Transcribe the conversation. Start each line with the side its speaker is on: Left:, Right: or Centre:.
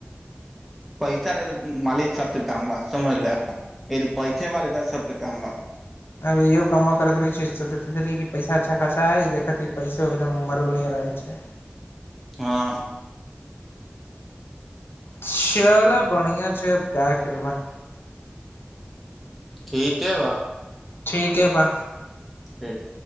Centre: पैसा रहय मालिक सबके तामबा समझल एगो पैसे वा सबके काम बा
Left: अ यो कमा के रख देय छिये सोचत छिये पैसा अच्छा खासा अइ देखत हिये पैसो एकदम मरल नहि रहै छै
Centre: हँ
Left: चल बढ़िया छै अब का करबा
Centre: ठिके बा
Left: ठीके बा
Centre: ठीक